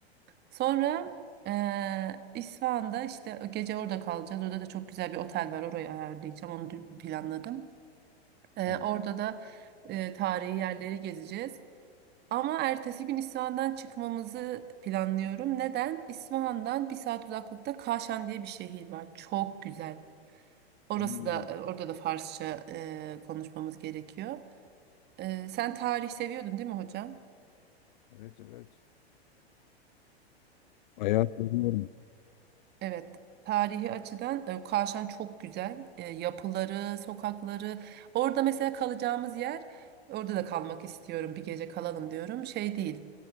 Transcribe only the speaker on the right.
Sonra eee İsfahan'da işte gece orada kalacağız. Orada da çok güzel bir otel var. Orayı ayarlayacağım. Onu dü- planladım. Eee,
orada da eee, tarihi yerleri gezeceğiz. Ama ertesi gün İsfahan'dan çıkmamızı planlıyorum. Neden? İsfahan'dan bir saat uzaklıkta Kaşan diye bir şehir var. Çok güzel. Orası
da e, orada da Farsça e, konuşmamız gerekiyor. E, sen tarih seviyordun değil mi hocam?
Evet, tarihi açıdan e, Kavşan çok güzel. E, yapıları, sokakları. Orada mesela kalacağımız yer, orada da kalmak istiyorum. Bir gece kalalım diyorum. Şey değil.